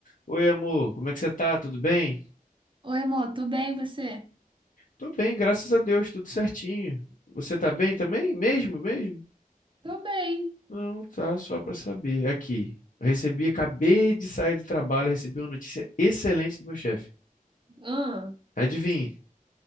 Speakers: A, on the left; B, on the right.
A: Oi, amor, como é que você tá? Tudo bem?
B: Oi, amor, tudo bem, e você?
A: Tô bem, graças a Deus, tudo certinho. Você tá bem também? Mesmo, mesmo?
B: Tô bem.
A: Não, tá, só pra saber. Aqui, recebi, acabei de sair do trabalho, recebi uma notícia excelente do meu chefe.
B: Ah,
A: Adivinhe?